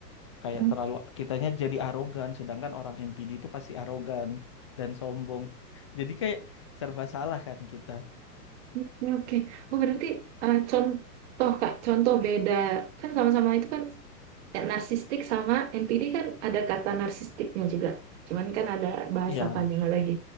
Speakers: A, on the left; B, on the right.
A: kayak
B: Mm-mm.
A: terlalu kitanya jadi arogan sedangkan orang NPD itu pasti arogan dan sombong jadi kayak serba salah kan kita
B: Oke, oke. Oh, berarti eh, contoh, Kak, contoh beda. Kan sama-sama itu kan ya, narsistik sama NPD kan ada kata narsistiknya juga. Cuman kan ada bahasa
A: ya
B: panjang lagi.